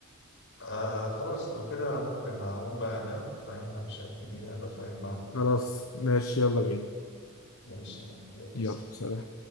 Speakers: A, on the left; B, on the left.
A: آه خلاص لو كده ممكن اقوم بقى انام فاهم عشان ايه ابقى فاهم معاك
B: خلاص ماشي يلا بينا
A: ماشي يلا
B: يلا
A: سلام.
B: سلام